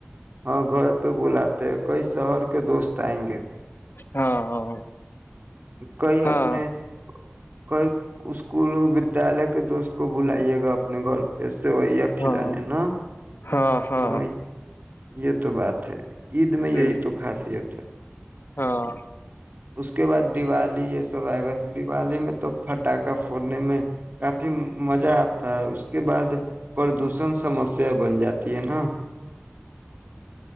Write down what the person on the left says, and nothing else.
ہاں ہاں
ہاں
ہاں
ہاں ہاں
ہ
ہاں